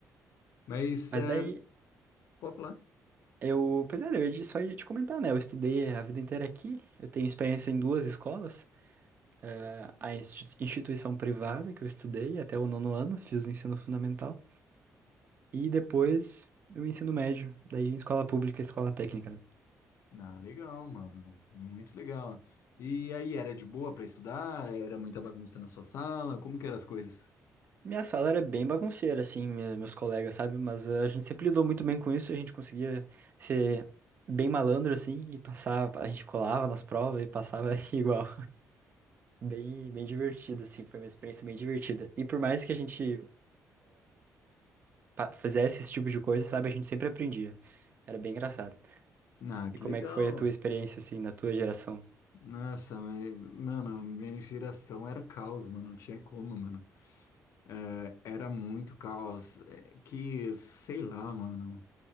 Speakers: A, on the left; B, on the right.
A: Mas,
B: Mas
A: é,
B: daí,
A: pode falar?
B: eu. Pois é, eu ia, te- só ia te comentar, né? Eu estudei a vida inteira aqui, eu tenho experiência em duas escolas. eh, a insti- instituição privada que eu estudei até o nono ano, fiz o ensino fundamental. E depois o ensino médio, daí em escola pública, escola técnica, né?
A: Ah, legal, mano. Muito legal. E aí, era de boa pra estudar? Era muita bagunça na sua sala? Como que eram as coisas?
B: Minha sala era bem bagunceira, assim, minha- meus colegas, sabe? Mas eh, a gente sempre lidou muito bem com isso, a gente conseguia ser bem malandro, assim, e passar, a gente colava nas provas e passava <laughs> igual. Bem, bem divertido, assim, foi uma experiência bem divertida. E por mais que a gente pa- fizesse esse tipo de coisa, sabe? A gente sempre aprendia. Era bem engraçado.
A: Ah, que
B: E como
A: legal.
B: é que foi a tua experiência, assim, na tua geração?
A: Nossa, me- mano, minha geração era caos, mano. Não tinha como, mano. É, Era muito caos. É Que, sei lá, mano.